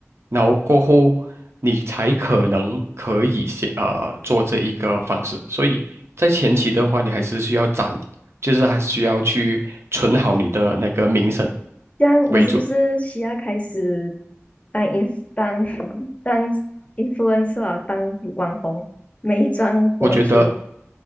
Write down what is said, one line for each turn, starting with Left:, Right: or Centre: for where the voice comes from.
Right: 然后过后你才可能可以先呃做这一个方式。所以在前期的话，你还是需要攒，就是还需要去存好你的那个名声
Left: 这样我是不是需要开始
Right: 为主。
Left: 当 i n 当 <laughs> 当 influencer 啊当网红、美妆博主？
Right: 我觉得，